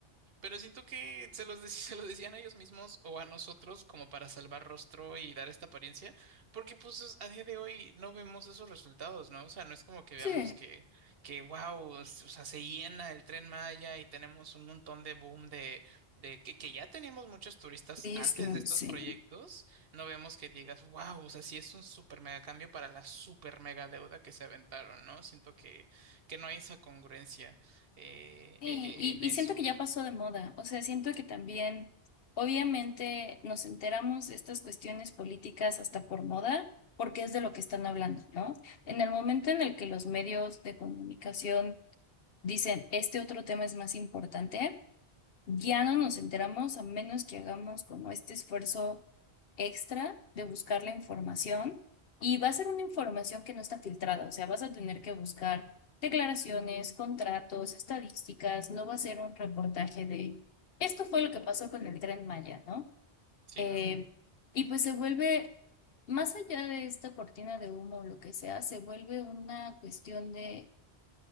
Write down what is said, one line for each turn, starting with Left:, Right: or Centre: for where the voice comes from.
Right: pero siento que se los, dec- <laughs> se los decían a ellos mismos o a nosotros como para salvar rostro y dar esta apariencia, porque pues es- a día de hoy no vemos esos resultados, ¿no? O sea, no es como que veamos
Left: Sí,
Right: que, que wow, o sea, se llena el Tren Maya y tenemos un montón de boom de, de que, que ya teníamos muchos turistas
Left: turismo,
Right: antes de estos
Left: sí.
Right: proyectos, no vemos que digas, wow, o sea, sí es un super mega cambio para la super mega deuda que se aventaron, ¿no? Siento que, que no hay esa congruencia eh,
Left: Sí,
Right: eh, eh,
Left: y,
Right: en eso.
Left: y siento que ya pasó de moda. O sea, siento que también, obviamente, nos enteramos de estas cuestiones políticas hasta por moda, porque es de lo que están hablando, ¿no? En el momento en el que los medios de comunicación dicen, este otro tema es más importante, ya no nos enteramos a menos que hagamos como este esfuerzo extra de buscar la información y va a ser una información que no está filtrada, o sea, vas a tener que buscar declaraciones, contratos, estadísticas, no va a ser un reportaje de esto fue lo que pasó con el Tren Maya, ¿no?
Right: Sí,
Left: Eh,
Right: no,
Left: y pues se vuelve, más allá de esta cortina de humo o lo que sea, se vuelve una cuestión de